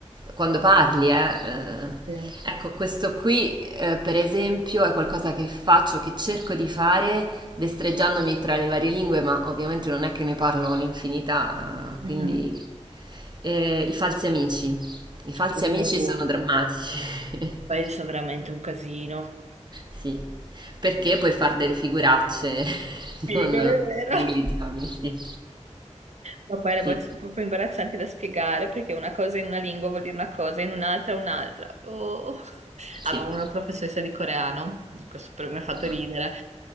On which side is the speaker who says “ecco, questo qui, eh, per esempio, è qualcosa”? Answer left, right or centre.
Right